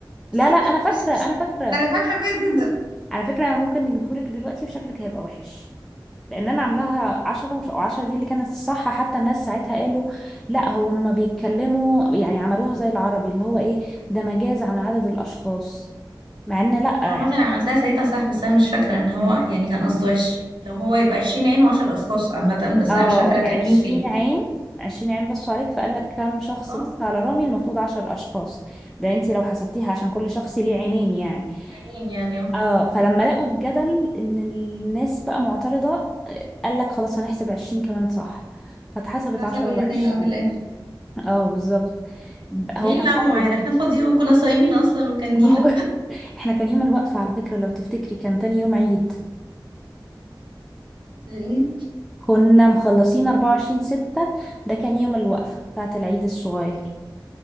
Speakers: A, in the centre; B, on the right.
A: لا
B: بصي
A: لا انا
B: لا
A: فاكرة
B: بصي بصي
A: انا فاكرة
B: انا فاكره كويس جدا
A: على فكرة أنا ممكن نجيبهولك دلوقتي وشكلك هيبقى وحش لان انا عاملاها عشرة وش- وعشرة دي اللي كانت الصح حتى الناس ساعتها قالوا لا هو هما بيتكلموا يعني عملوها زي العربي اللي هو ايه ده مجاز عن عدد الاشخاص مع ان لا
B: انا
A: عش-
B: عامه عملتها ساعتها صح بس انا مش فاكره ان هو يعني كان قصده عش... لو هو يبقى 20 عين و10 اشخاص عامه بس
A: اه
B: انا مش فاكره كان
A: عشرين
B: مين فين
A: عين عشرين عين بصوا عليك فقال لك كم شخص
B: اه
A: بص على رامي المفروض عشر اشخاص ده انتي لو حسبتيها عشان كل شخص ليه عينين يعني
B: عينين يعني اه
A: اه فلما لقوا الجدل ان الناس بقى معترضة قال لك خلاص هنحسب عشرين كمان صح فاتحسبت
B: حسبوا
A: عشرة
B: الاثنين
A: وعشرين
B: اه في الاخر
A: اه بالظبط
B: ليه
A: هو كان
B: يلعبوا
A: صعب
B: معانا
A: جدا
B: احنا فاضيين وكنا صايمين اصلا وكان
A: ما
B: نيله
A: هو <laughs> احنا كان يوم الوقفة على فكرة لو تفتكري كان تاني يوم عيد
B: ليه
A: كنا مخلصين 24 ستة ده كان يوم الوقفة بتاعة العيد الصغير